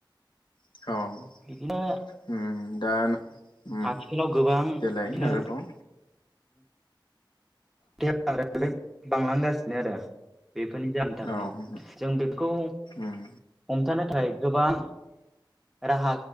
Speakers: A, on the left; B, in the centre.
A: औ
B: बिदिनो
A: उम दा उम
B: आथिखालाव गोबां
A: देलाय
B: बिदिनो
A: आरोबाव
B: <unintelligible> बांलांगासिनो आरो बेफोरनि जाहोननि थाखायनो
A: औ उम
B: जों बेफोखौ
A: उम
B: हमथानो थाखाय गोबां राहा